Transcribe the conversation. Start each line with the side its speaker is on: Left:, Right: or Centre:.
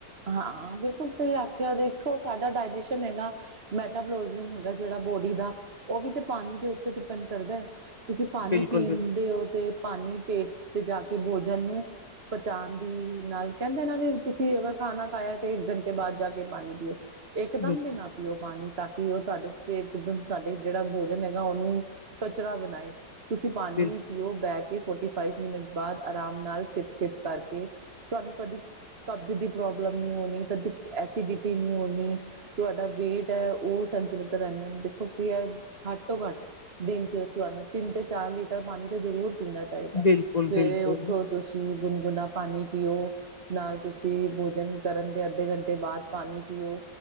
Right: ਹਾਂ ਬਿਲਕੁਲ ਸਈ ਆਖਿਆ ਦੇਖੋ ਸਾਡਾ ਡਾਇਜੈਸ਼ਨ ਹੈਗਾ। ਮੈਟਾਬੋਲੋਜ਼ਮ ਹੁੰਦਾ ਜੇੜਾ ਬੋਡੀ ਦਾ ਓ ਵੀ ਤੇ ਪਾਣੀ ਦੇ ਉੱਤੇ ਡਿਪੈਂਡ ਕਰਦਾ। ਤੁਸੀਂ ਪਾਣੀ
Left: ਬਿਲਕੁਲ
Right: ਪੀਂਦੇ
Left: ਬਿਲ
Right: ਹੋ ਤੇ ਪਾਣੀ ਪੇਟ ਤੇ ਜਾ ਕੇ ਭੋਜਨ ਨੂੰ ਪਚਾਣ ਦੀ ਨਾਲ ਕੈਂਦੇ ਇਹਨਾਂ ਦੇ ਤੁਸੀਂ ਅਗਰ ਖਾਣਾ ਖਾਇਆ ਤੇ ਇੱਕ ਘੰਟੇ ਬਾਦ ਜਾ ਕੇ ਪਾਣੀ ਪੀਓ ਇੱਕਦਮ
Left: ਬਿਲ
Right: ਬਿਨਾਂ ਪੀਓ ਪਾਣੀ ਤਾਂ ਕਿ ਓ ਤੁਹਾਡ ਪੇਟ ਤੁਹਾਡੇ ਜੇੜਾ ਭੋਜਨ ਹੈਗਾ ਉਹਨੂੰ ਕਚਰਾ ਬਣਾਏ ਤੁਸੀਂ ਪਾਨੀ
Left: ਬਿਲ
Right: ਪੀਓ ਬੈ ਕੇ। ਫੋਟੀ ਫਾਈਵ ਮਿੰਨਟ ਬਾਅਦ ਆਰਾਮ ਨਾਲ ਸਿਪ ਸਿਪ ਕਰਕੇ ਤੁਹਾਨੂੰ ਕਦੀ ਕਬਜ਼ ਦੀ। ਪ੍ਰੋਬਲਮ ਨਹੀਂ ਹੋਣੀਤਦ ਐਸਿਡਿਟੀ ਨਹੀਂ ਹੋਣੀ। ਤੁਵਾਡਾ ਵੇਟ ਹੈ ਉਹ ਸੰਚਲਿਤ ਰਹਿੰਦਾ ਦੇਖੋ ਕੀ ਹੈ ਘੱਟ ਤੋਂ ਘੱਟ। ਦਿਨ ਚ ਤੁਹਾਨੂੰ ਤਿੰਨ ਤੇ ਚਾਰ ਲੀਟਰ ਪਾਨੀ ਤੇ ਜ਼ਰੂਰ ਪੀਨਾ ਚਾਹੀਦਾ
Left: ਬਿਲਕੁਲ
Right: ਸਵੇਰੇ
Left: ਬਿਲਕੁਲ
Right: ਉੱਠੋ। ਤੁਸੀਂ ਗੁਨਗੁਨਾ ਪਾਣੀ ਪੀਓ ਨਾਲ ਤੁਸੀਂ। ਭੋਜਨ ਕਰਨ ਦੇ ਅੱਧੇ ਘੰਟੇ ਬਾਅਦ ਪਾਨੀ ਪੀਓ।